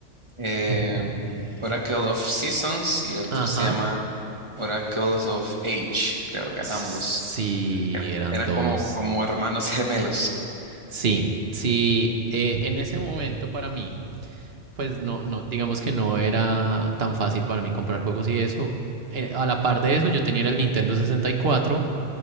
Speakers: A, on the right; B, on the right.
A: eh,
B: eh,
A: Oracle of Seasons y el otro
B: Ajá.
A: se llama Oracles of Age, creo que
B: Sí,
A: ambos. Era-
B: eran
A: Eran
B: dos.
A: como, como hermanos gemelos.
B: Sí, sí, eh, en ese momento para mí, pues no, no, digamos que no era tan fácil para mí comprar juegos y eso. Eh, a la par de eso, yo tenía el Nintendo 64